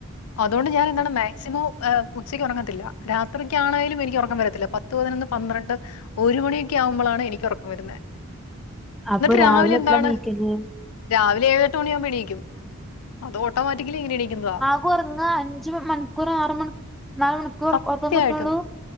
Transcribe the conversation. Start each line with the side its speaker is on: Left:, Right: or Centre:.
Left: അതുകൊണ്ട് ഞാൻ എന്താണ് മാക്സിമം ഉച്ചക്ക് ഉറങ്ങത്തില്ല രാത്രിക്കാണേലും എനിക്ക് ഒറക്കം വരത്തില്ല പത്ത് പത്ത്പതിനൊന്ന് പന്ത്രണ്ട് ഒരു മണിയൊക്കെ ആവുമ്പളാണ് എനിക്ക് ഒറക്കം വരുന്നേ
Centre: അപ്പൊ
Left: രാവിലെ എന്താണ്
Centre: എപ്പളാ നീക്കല്
Left: രാവിലെ ഏഴെട്ട് മണിയാവുമ്പം എണീക്കും അത് ഓട്ടോമാറ്റിക്കലി എങ്ങനെ എണീക്കുന്നതാ
Centre: ക്കുറങ്ങാ അഞ്ച് മ് മണിക്കൂർ ആറ് മണു നാല് മണിക്കൂർ
Left: സത്യമായിട്ടും
Centre: കു ഒറക്കങ്ങ് കിട്ടുള്ളൂ